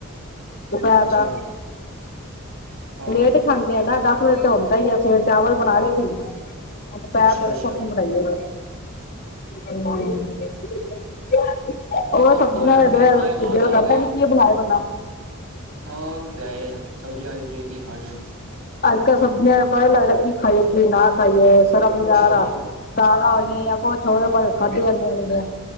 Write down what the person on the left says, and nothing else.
ਦੁਪੇਹਿਰ
ਦਾ,
ਲੇਟ ਹੀ ਖਾਂਦੇ ਆ ਨਾ, ਦਸ ਵਜੇ ਤੋਂ ਸਵੇਰੇ ਚਾਵਲ ਬਣਾ ਲਏ ਸੀ, ਹੁਣ ਦੁਪੇਹਿਰ
ਦਾ ਵੇਖੋ,
ਕੀ ਬਣਾਈਏ। ਹੂੰ <inaudible> ਉਹ ਸਬਜ਼ੀਆਂ
ਨੇ
ਜ਼ਹਰ
ਦਿਲ
ਕਰਦਾ
ਹੀ ਨੀ ਕੀ ਬਣਾਏ ਬੰਦਾ।
ਅੱਜ ਕੱਲ ਸਬਜ਼ੀਆਂ ਦਾ ਪਤਾ ਹੀ ਨੀ ਲੱਗਦਾ ਕੀ ਖਾਈਏ, ਕੀ ਨਾ ਖਾਈਏ। ਬਾਜ਼ਾਰ
ਆ,
ਦਾਲਾਂ ਹੋਈਆਂ ਯਾ ਕੁਛ ਹੋਵੇ ਪਰ ਖਾਦੀ ਨਹੀਂ ਜਾਂਦੀਆਂ।